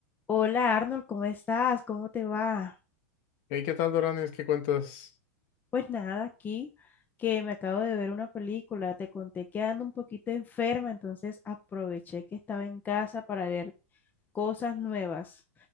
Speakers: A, on the left (about 25°); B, on the left (about 55°).
A: Hola Arnold, ¿cómo estás? ¿Cómo te va?
B: Hey, ¿qué tal, Doranis? ¿Qué cuentas?
A: Pues nada, aquí que me acabo de ver una película, te conté que ando un poquito enferma, entonces aproveché que estaba en casa para ver cosas nuevas.